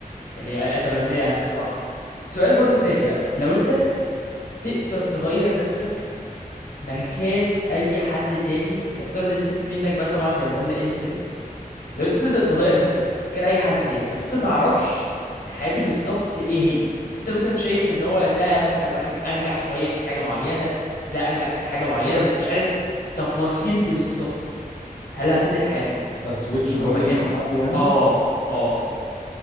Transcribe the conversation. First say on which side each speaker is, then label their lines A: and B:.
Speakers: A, on the left; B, on the left.
A: يعني اتمناها الصراحة سؤال برضو تاني بقى لو انت تقدر تغير نفسك مكان اي حد تاني نفترض ان انت في منك بقى طبعا زي ما قلنا انفينيت لو انت تقدر تغير نفسك مكان اي حد تاني بس انت تعرفش حياته بالظبط ايه هي بس انت مثلا شايف ان هو ده مثلا واحد انجح شوية في حاجة معينة ده انجح في حاجة معينة بس مش عارف تفاصيل بالظبط هل هتنقل حياتك
B: اسويتش
A: وتروح
B: بوديز
A: مكانه
B: مع حد يعني
A: اه اه